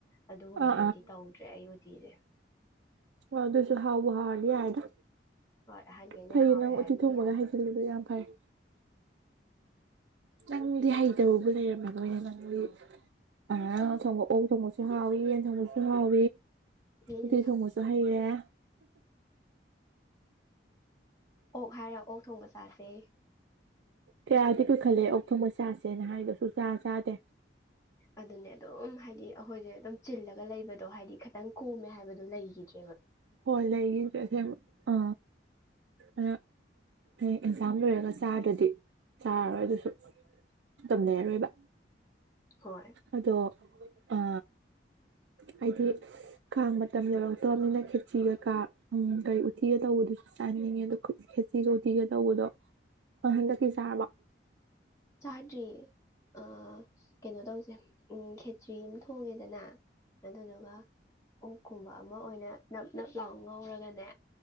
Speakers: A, on the left; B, on the right.
A: ꯑꯗꯨꯒꯃꯥꯏꯅꯗꯤ
B: ꯑꯥ
A: ꯇꯧꯗ꯭ꯔꯦ ꯑꯩ ꯎꯇꯤꯤꯁꯦ
B: ꯑꯣ ꯑꯗꯨꯁꯨ ꯍꯥꯎꯕꯕꯨ ꯍꯥꯥꯎꯗꯤ ꯍꯥꯏꯗ
A: ꯍꯣꯏ ꯑꯍꯟꯈꯩꯅ
B: ꯐꯩꯌꯦ
A: ꯍꯥꯎꯔꯦ
B: ꯅꯪ
A: ꯍꯥꯏꯔꯕꯅꯤꯅ
B: ꯎꯇꯤ ꯊꯣꯡꯕꯒ
A: ꯌꯥꯔꯦ
B: ꯍꯥꯏꯖꯤꯜꯂꯦꯗ ꯌꯥꯝ ꯐꯔꯦ ꯅꯪꯗꯤ ꯍꯩꯇꯔꯨꯕꯨ ꯂꯩꯔꯝꯃꯗꯣꯏꯅꯦ ꯅꯪꯗꯤ ꯑꯉꯥꯡꯣꯡꯕ ꯑꯣ ꯊꯣꯡꯕꯁꯨ ꯍꯥꯎꯋ ꯌꯦ ꯊꯁꯤ ꯍꯥꯎꯋ
A: ꯎꯝ
B: ꯎꯗꯤꯤ ꯊꯣꯡꯕꯁꯨ ꯍꯩꯔꯦ <inaudible>
A: ꯑꯣꯛ ꯍꯥꯏꯔ ꯑꯣꯛ ꯊꯣꯡꯕ ꯆꯥꯁꯦ
B: ꯀꯌꯥꯗꯤ ꯀꯨꯏꯈꯜꯂꯦ ꯑꯣꯛ ꯊꯣꯡꯕ ꯆꯥꯁꯦꯅ ꯍꯥꯏꯗꯣ ꯁꯨꯡꯆꯥꯥ ꯆꯥꯗꯦ
A: ꯑꯗꯨꯅꯦ ꯑꯗꯨꯝ ꯍꯥꯏꯗꯤ ꯑꯩꯈꯣꯏꯁꯦ ꯑꯗꯨꯝ ꯂꯒ ꯂꯩꯕ ꯑꯗꯣ ꯍꯥꯏꯗꯤ ꯈꯤꯇꯪ ꯈꯨꯝꯃꯦ ꯍꯥꯏ ꯂꯩꯈꯤꯗ꯭ꯔ
B: ꯍ ꯂꯩꯒ ꯀꯁ ꯑ ꯑꯗ ꯍꯌꯦ ꯑꯦꯛꯖꯥꯝ ꯂꯣꯏꯔꯒ ꯆꯥꯔꯗꯨꯗꯤ ꯆꯥꯔꯔꯣꯏ ꯑꯗꯨꯁꯨ ꯇꯝꯅꯩꯔꯔꯣꯏꯕ
A: ꯍꯣꯏ
B: ꯑꯗꯣ ꯑ ꯍꯥꯏꯗꯤ ꯀꯥꯡ ꯃꯇꯝ ꯌꯧꯔꯛꯇꯅꯤꯅ ꯈꯦꯆꯤꯒ ꯀꯥ ꯎ ꯀꯔꯤ ꯎꯇꯤꯒ ꯇꯧꯕꯗꯨꯁꯨ ꯆꯥꯅꯤꯡꯉꯦ ꯑ ꯈꯦꯆꯗ ꯎꯠꯇꯤꯒ ꯇꯧꯕꯗꯣ ꯍꯟꯗꯛꯀꯤ ꯆꯥꯕ
A: ꯆꯥꯇꯔꯤ ꯑ ꯀꯩꯅꯣ ꯇꯧꯁꯦ ꯎꯝ ꯆꯔꯤ ꯑꯃ ꯊꯣꯡꯉꯦꯗꯅ ꯑꯗꯨꯗꯨꯒ ꯑꯣꯛꯀꯨꯝꯕ ꯑꯃ ꯑꯣꯏꯅ ꯅꯞ ꯅꯞ ꯂꯥꯎ ꯉꯧꯔꯒꯅꯦ